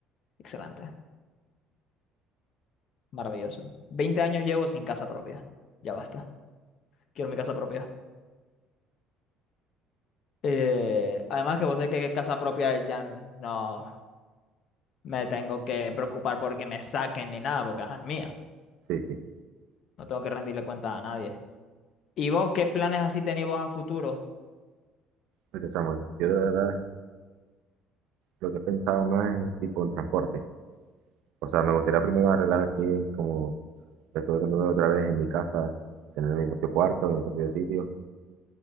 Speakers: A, on the left (about 50°); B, on the right (about 75°).
A: Excelente, maravilloso. veinte años llevo sin casa propia. Ya basta, quiero mi casa propia. Eh, además que vos sabés que casa propia ya no. me tengo que preocupar porque me saquen ni nada, porque ajá, es mía.
B: Sí, sí.
A: No tengo que rendirle cuenta a nadie. ¿Y vos qué planes así tenéis vos a futuro?
B: Entonces, chamo, yo de verdad lo que he pensado más es tipo un transporte. O sea, me gustaría primero arreglar aquí, como te estuve contando otra vez, en mi casa, tener mi propio cuarto, mi propio sitio,